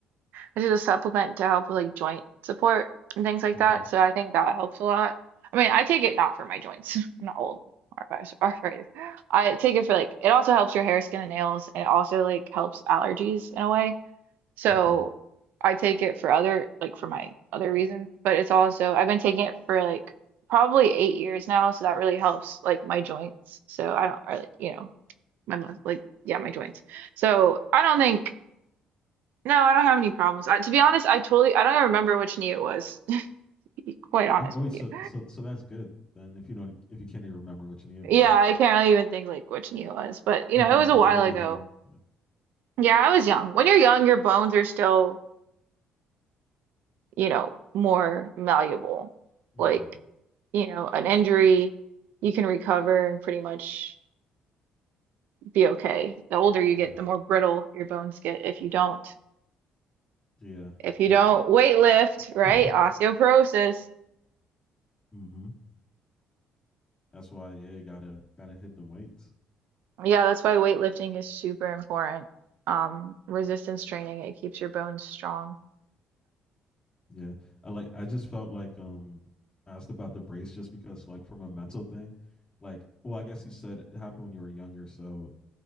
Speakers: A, on the right; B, on the left.
A: which is a supplement to help with like joint support and things like
B: hmm
A: that. So I think that helps a lot. I mean, I take it not for my joints. <laughs> I'm not old or arth- arthritis. I take it for like it also helps your hair, skin, and nails, and it also like helps allergies in a way. So
B: Okay.
A: I take it for other, like for my other reasons, but it's also, I've been taking it for like probably eight years now. So that really helps like my joints. So I don't, or like, you know, my, mus- like, yeah, my joints. So I don't think, no, I don't have any problems. I, to be honest, I totally, I don't even remember which knee it was, <laughs> to be quite honest
B: Oh, oh
A: with
B: wait, so
A: you.
B: so so that's good then. If you don't if you can't even remember what your knee was,
A: Yeah, I can't really even think like which knee it was, but you
B: that
A: know,
B: means
A: it was a
B: it's
A: while
B: really
A: ago.
B: healed. Yeah.
A: Yeah, I was young. When you're young, your bones are still, you know, more malleable.
B: hmm
A: Like, you know, an injury, you can recover and pretty much be okay. The older you
B: Yeah.
A: get, the more brittle your bones get if you don't
B: Yeah.
A: if you
B: And
A: don't
B: I,
A: weight lift, right?
B: <laughs>
A: Osteoporosis.
B: hmm That's why, yeah, you gotta gotta hit them weights.
A: Yeah, that's why weightlifting is super important. Um, resistance training, it keeps your bones strong
B: Yeah. I like I just felt like um I asked about the brace just because like from a mental thing, like well, I guess you said it happened when you were younger, so